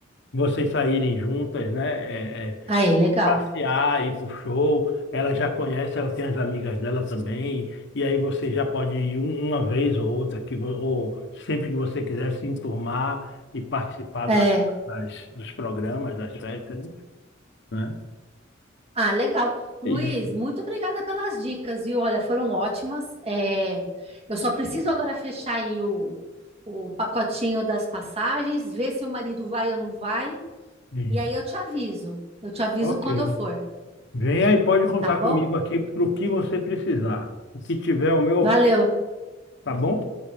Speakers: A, on the left; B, on the right.
A: vocês saírem juntas, né? Eh, eh,
B: Aí, legal.
A: passear, ir pro show. Ela já conhece, ela tem as amigas dela também. E aí você já pode ir um- uma vez ou outra, que, vo- ou sempre que você quiser se enturmar e participar
B: É.
A: da- das, dos programas, das festas, né?
B: Ah, legal. Luiz,
A: É isso.
B: muito obrigada pelas dicas, viu? Olha, foram ótimas. É, eu só preciso agora fechar aí o, o pacotinho das passagens, ver se o marido vai ou não vai.
A: Isso.
B: E aí eu te aviso. Eu te aviso
A: Ok.
B: quando eu for,
A: Venha e pode contar
B: tá bom?
A: comigo aqui para o que você precisar. O que tiver o meu,
B: Valeu.
A: tá bom?